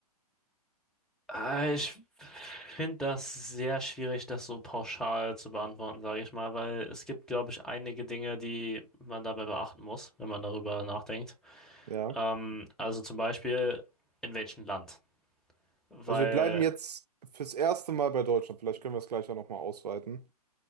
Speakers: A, in the centre; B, on the right (about 85°).
A: Äh, Ich finde das sehr schwierig, das so pauschal zu beantworten, sage ich mal, weil es gibt, glaube ich, einige Dinge, die man dabei beachten muss, wenn man darüber nachdenkt.
B: Ja.
A: Ähm, also zum Beispiel, in welchem Land? Weil,
B: Also wir bleiben jetzt fürs erste Mal bei Deutschland. Vielleicht können wir es gleich ja nochmal ausweiten.